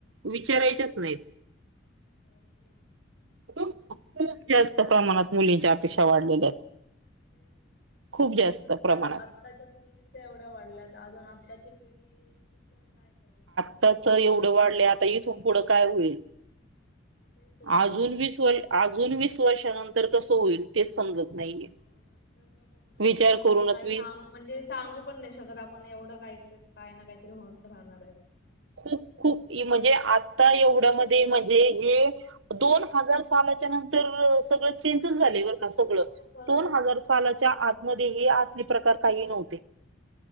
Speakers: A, on the right (about 75°); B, on the left (about 55°).
A: विचारायच्याच नाहीत
B: भरपूर प्रमाणच
A: खूप
B: नाही म्हणजे
A: जास्त
B: काय
A: प्रमाणात मुलींच्या अपेक्षा वाढलेल्या आहेत
B: तेच ना
A: खूप जास्त
B: आता
A: प्रमाणात
B: आ आत्ताच्याच मुलींच्या एवढ्या वाढल्यात अजून आत्ताची पिढी येईल ती तर काय करेल
A: आ एवढं वाढले आता इथून पुढं काय होईल
B: मग तेच ना
A: अजून बीस व अजून वीस वर्षानंतर कसं होईल तेच समजत नाहीये
B: हो नंतरच पूर्ण
A: विचार
B: एकदमच
A: करूनच
B: काही
A: मी
B: सांग म्हणजे सांगू पण नाही शकत आपण एवढं काहीतरी काय ना काहीतरी होत राहणार आहे
A: खूप खूप म्हणजे आता एवढ्या म म्हणजे हे दोन हजार सालाच्या नंतर सगळ चेंजस झाले सगळ
B: हो भरपूर
A: दोन हजार
B: भरपूर
A: सालाच्या आतमध्ये हे असले प्रकार काही नव्हते